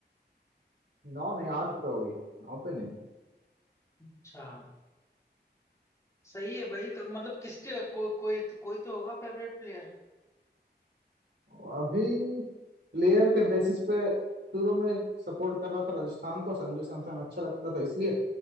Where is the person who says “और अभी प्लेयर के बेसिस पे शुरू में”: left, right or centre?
Right